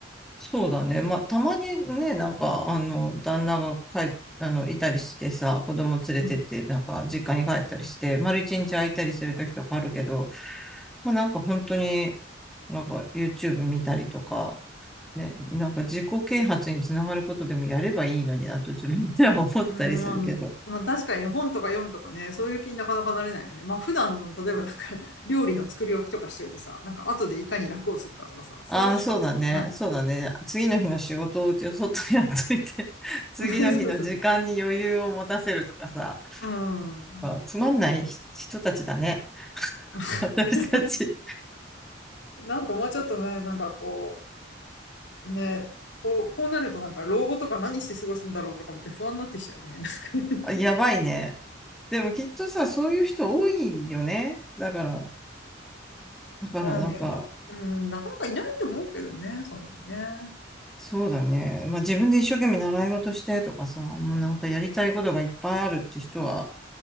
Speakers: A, in the centre; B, on the left.
A: そうだね。まあ、たまにね、なんか、あの、旦那が帰っ、あの、いたりしてさ、子供連れてって、
B: うん。
A: なんか、実家に帰ったりして、丸一日空いたりする時とかあるけど、まあなんか本当に、なんか YouTube 見たりとか、ね、なんか自己啓発につながることでもやればいいのになと自分では思ったりするけど。
B: うん、まあ確かにね本とか読むとかね、そういう気になかなかなれないよね。まあ普段の、例えばなんか、<laughs> 料理の作り置きとかしといてさ、なんか後でいかに楽をするかとかさ、そういうことしか考えない。
A: ああ、そうだね。そうだね。次の日の仕事をちょっとやっといて、<laughs> 次の日の時間に余裕を持たせるとかさ、
B: <laughs> そうそう。うん。
A: あつまんない人たちだね。<laughs>
B: <laughs>
A: 私たち。
B: なんかもうちょっとね、なんかこう、ね、こう、こうなるとなんか老後とか何して過ごすんだろうとかもって不安になってきちゃうよね。<laughs>
A: あやばいね。でもきっとさ、そういう人多いよね。だから、だからなんか、
B: まあね、と、うん、なかなかいないと思うけどね、そんなね。
A: そうだね。まあ自分で一生懸命習い事してとかさ、もうなんかやりたいことがいっぱいあるって人は、